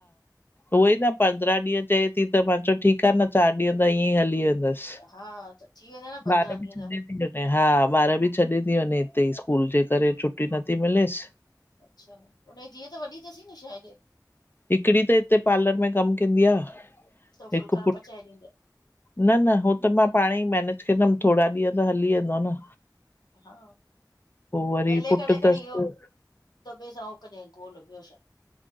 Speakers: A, on the left; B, on the left.
A: उओही न पंद्रहं ॾींहं त चए थी। त मां चयो ठीक आहें न चार ॾींहं त ईअं ही हली वें वेंदस।
B: हा त थी वेंदा न पंद्रहं
A: ॿार बी
B: ॾींहं
A: छॾे
B: त
A: <unintelligible> ती वञे। हाँ। ॿार बि छॾे थी वञे हितेई। स्कूल जे करे। छुट्टी नथी मिलेस।
B: अच्छा! हुन जी धीअ त वॾी तसीं न शायद।
A: हिकड़ी त हिते पार्लर में कम कंदी आ।
B: त
A: हिक़
B: फुलका
A: पुट़्
B: पचाए ॾींदे
A: न -न हो त मां पाण़ई मेनेज केंदम। थोॾा ॾींहं त हली वेंदो आ न।
B: हा।
A: पो वरी
B: वेले
A: पुट
B: करे खण़ी
A: तसि
B: इयो, दब्बे सां कजाएं गोल। ॿियो छा।